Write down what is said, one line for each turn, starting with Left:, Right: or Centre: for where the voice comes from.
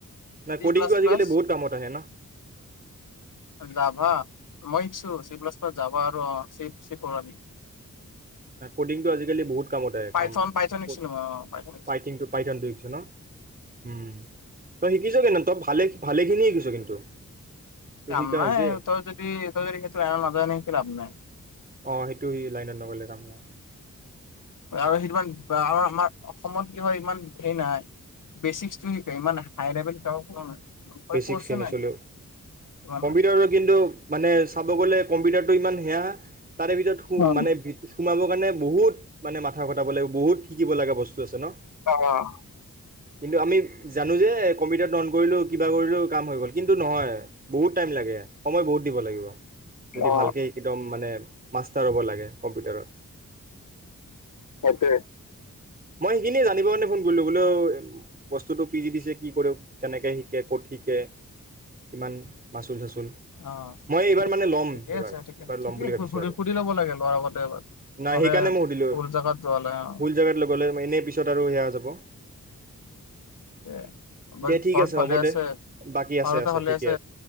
Right: নাই
Left: চি
Right: ক'ডিংটো
Left: প্লাছ
Right: আজিকালি
Left: প্লাছ
Right: বহুত কামত আহে ন?
Left: যাভা? মই শিক্‌ছো, চি প্লাছ প্লাছ যাভা আৰু অ' চেভ চেভ কৰোঁ আমি।
Right: নাই ক'ডিংটো আজিকালি বহুত কামতে
Left: পাইথন
Right: কাম
Left: পাইথন
Right: প
Left: শিকছিলো মই অ পাইথন শিকছো
Right: পাইথিনটো পাইথনটো শিকিছ ন উম তই শিকিছ কিন্তু তই ভালে ভালেখিনি শিকিছ কিন্তু তোৰ
Left: কাম
Right: শিকা
Left: নাই
Right: হৈছে
Left: তই যদি তই যদি সেইটো লাইনত নাযাৱ এনে শিকি লাভ নাই
Right: অ সেইটো শিকি লাইনত নগলে কাম নাই
Left: আৰু সেইটো আমাৰ অসমত কি হয় ইমান হেৰি নাই বেচিকটো শিকায় ইমান হাই লেভেল শিকাব পৰা নাই মানে
Right: বেচিক
Left: কৰ্ছে
Right: খিনি
Left: নাই
Right: চলেও
Left: ইমান
Right: কম্পিউটাৰত কিন্তু মানে চাব গ'লে কম্পিউটাৰ টো ইমান সেয়া তাৰে ভিতৰত
Left: অ
Right: সু
Left: অ
Right: মানে সোমাব কাৰণে বহুত মানে মাথা খটাব লাগিব বহুত শিকিব লগা বস্তু আছে ন
Left: অ'
Right: কিন্তু আমি জানো যে কম্পিউটাৰটো অন কৰিলো কিবা কৰিলো কাম হৈ গ'ল কিন্তু নহয় বহুত টাইম লাগে সময় বহুত দিব লাগিব। যদি
Left: অ
Right: ভালকে একদম মানে। মাষ্টাৰ হ'ব লাগে কম্পিউটাৰত,
Left: <unintelligible>
Right: মই সেইখিনি জানিবৰ কাৰণে ফোন কৰিলো বোলে বস্তুটো পি জি দি চি এ কি কৰো কেনেকে <unintelligible> কিমান মাচুল চাচুল
Left: অ
Right: মই এইবাৰ মানে ল'ম
Left: ঠিকে
Right: এইবাৰ
Left: আছে ঠিকে
Right: এইবাৰ
Left: ঠিকে
Right: লম বুলি ভাবিছো
Left: সুধি
Right: আৰু
Left: সুধি ল'ব লাগে ল'ৰা আগতে এবাৰ
Right: নাই
Left: নহ'লে
Right: সেইকাৰণে মই সুধিলো
Left: ভুল জাগাত যোৱা হ'লে অ
Right: ভুল জাগাত লগালে এনে পিছত আৰু সেয়া। <unintelligible>
Left: <unintelligible>
Right: দে ঠিক
Left: ভালে
Right: হ'ব দে
Left: আছে
Right: বাকী আছে
Left: ম-দেউতা ভালে
Right: ঠিকে
Left: আছে